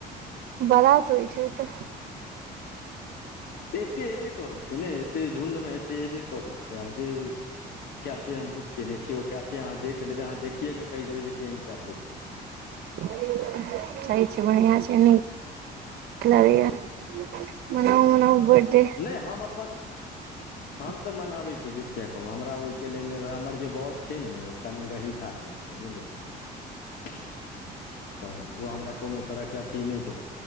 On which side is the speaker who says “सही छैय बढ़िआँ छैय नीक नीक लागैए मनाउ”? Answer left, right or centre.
Right